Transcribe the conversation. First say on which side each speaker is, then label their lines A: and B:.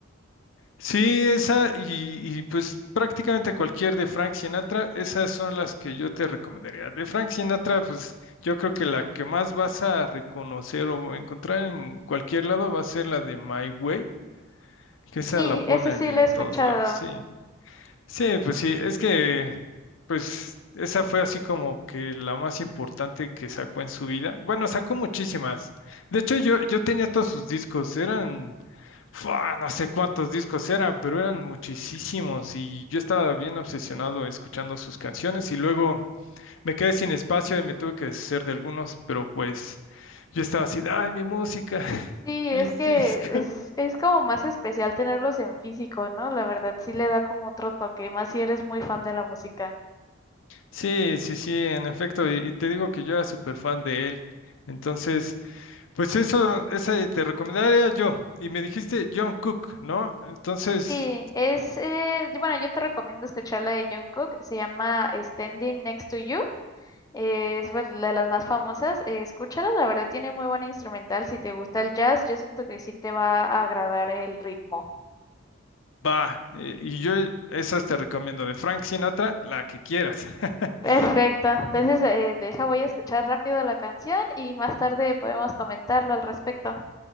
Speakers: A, on the left; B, on the left.
A: Sí, esa y, y, pues prácticamente cualquier de Frank Sinatra, esas son las que yo te recomendaría. De Frank Sinatra, pues yo creo que la que más vas a reconocer o encontrar en cualquier lado va a ser la de My Way, que esa
B: Sí,
A: la ponen
B: esa sí
A: en
B: la he escuchado.
A: todos lados. Sí, Sí, pues sí, es que, pues, esa fue así como que la más importante que sacó en su vida. Bueno, sacó muchísimas. De hecho, yo, yo tenía todos sus discos, eran, ¡fua! no sé cuántos discos eran, pero eran muchísimos y yo estaba bien obsesionado escuchando sus canciones y luego me quedé sin espacio y me tuve que deshacer de algunos, pero pues yo estaba así, ay, mi música, <laughs>
B: Sí, es
A: mis
B: que
A: discos.
B: es, es como más especial tenerlos en físico, ¿no? La verdad sí le da como otro toque, más si eres muy fan de la música.
A: Sí, sí, sí, en efecto, y, y te digo que yo era súper fan de él. Entonces, pues eso, esa te recomendaría yo. Y me dijiste John Cook, ¿no? Entonces,
B: Sí, es, eh, y bueno, yo te recomiendo escuchar la de Jungkook, se llama Standing Next to You, eh, es pues, la de las más famosas, eh, escúchala, la verdad tiene muy buena instrumental, si te gusta el jazz, yo siento que sí te va a agradar el ritmo.
A: va, eh, y yo esas te recomiendo, de Frank Sinatra, la que quieras. <laughs>
B: Perfecto, entonces eh, deja, voy a escuchar rápido la canción y más tarde podemos comentarlo al respecto.